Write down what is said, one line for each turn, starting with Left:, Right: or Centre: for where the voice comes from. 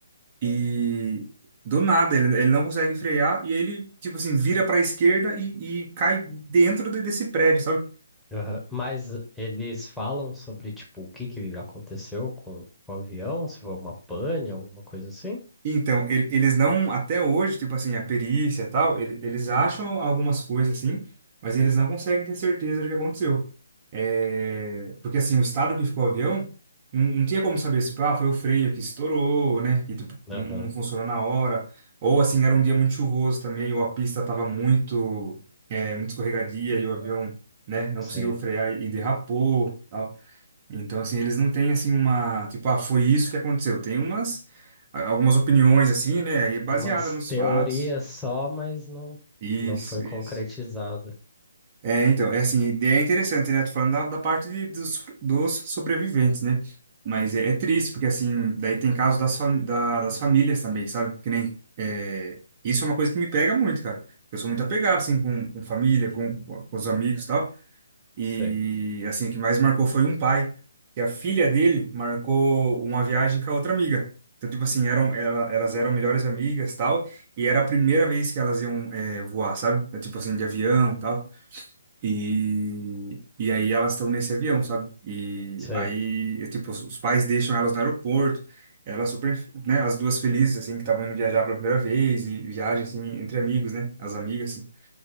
Right: e do nada, ele, ele não consegue frear e ele, tipo assim, vira pra esquerda e, e cai dentro de- desse prédio, sabe?
Centre: Aham. Mas eles falam sobre, tipo, o que que aconteceu com, com o avião, se foi uma pane, alguma coisa assim?
Right: Então, ele- eles não, até hoje, tipo assim, a perícia e tal, ele- eles acham algumas coisas assim, mas eles não conseguem ter certeza do que aconteceu. É, porque assim, o estado que ficou o avião, não, não tinha como saber se, tipo, ah, foi o freio que estourou, né, que tipo,
Centre: Aham,
Right: não não funcionou na hora, ou assim, era um dia muito chuvoso também, ou a pista estava muito, é, muito escorregadia e o avião, né, não
Centre: sei.
Right: conseguiu frear e derrapou, tal. Então, assim, eles não têm, assim, uma... Tipo, ah, foi isso que aconteceu. Tem umas... Algumas opiniões, assim, né? E baseada
Centre: Umas
Right: nos
Centre: teorias
Right: fatos.
Centre: só, mas não,
Right: Isso,
Centre: não foi concretizada.
Right: isso. É, então, é assim, é interessante, né? Tô falando da, da parte de- dos, dos sobreviventes, né? Mas é, é triste, porque, assim, daí tem casos das, fam- da- das famílias também, sabe? Que nem... é, Isso é uma coisa que me pega muito, cara. Eu sou muito apegado, assim, com, com família, com, com os amigos e tal. E
Centre: Sei,
Right: assim, o que mais marcou foi um pai, que a filha dele marcou uma viagem com a outra amiga. Então, tipo assim, eram, ela- elas eram melhores amigas, tal, e era a primeira vez que elas iam eh, voar, sabe? É, Tipo assim, de avião, tal. E, e aí elas estão nesse avião, sabe? E
Centre: sei.
Right: aí, é, tipo, os os pais deixam elas no aeroporto, elas super, né, as duas felizes, assim, que estavam indo viajar pela primeira vez, e viagem, assim, entre amigos, né, as amigas, assim.